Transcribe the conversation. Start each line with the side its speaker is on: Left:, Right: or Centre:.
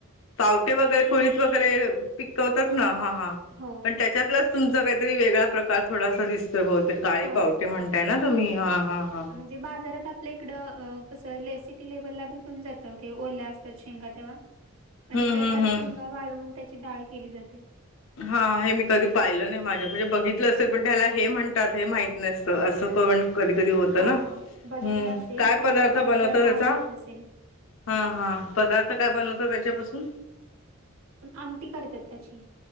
Left: पावटे वगैरे कुळीत वगैरे पिकवतात ना, हा हा
Right: हो
Left: पण त्याच्यातलाच तुमचा काहीतरी वेगळा प्रकार थोडासा दिस तोय बहुतेक काळे
Right: हा
Left: पावटे म्हणताय ना तुम्ही, हा हा हा.
Right: ते बाजारात आपल्या इकडं अ कस ले सिटी लेव्हलला भेटून जातं ते ओल्या असतात शे शेंगा तेव्हा पण
Left: हम्म
Right: इकडे
Left: हम्म
Right: त्या
Left: हम्म
Right: शेंगा वाळवून त्याची डाळ केली जाते.
Left: हा हे मी कधी पाहिलं नाही माझं म्हणजे बघितलं असेल पण त्याला हे म्हणतात हे माहीत नसत अस कन कधी कधी होत
Right: हा
Left: ना हम्म,
Right: हा बघितला असेल
Left: काय
Right: पण
Left: पदार्थ
Right: असं प्रॉपर
Left: बनवतात
Right: नाव
Left: ह्याचा?
Right: माहित नसेल
Left: हा हा, पदार्थ काय बनवतात याच्यापासून?
Right: आमटी करतात त्याची.